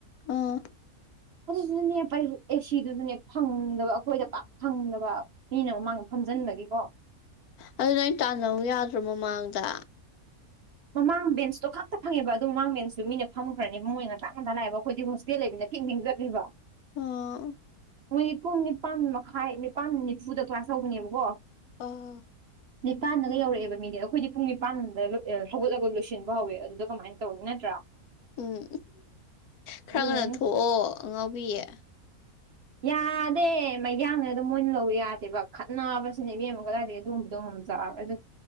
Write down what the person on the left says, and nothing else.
ꯑꯥ
ꯑꯗꯨꯅ ꯑ ꯇꯥꯟꯅꯧ ꯌꯥꯗ꯭ꯔꯣ ꯃꯃꯥꯡꯗ
ꯑꯥ
ꯑꯥ
ꯎꯝ ꯈꯔ
ꯉꯟꯅ ꯊꯣꯛꯑꯣ ꯑꯉꯥꯎꯕꯤꯌꯦ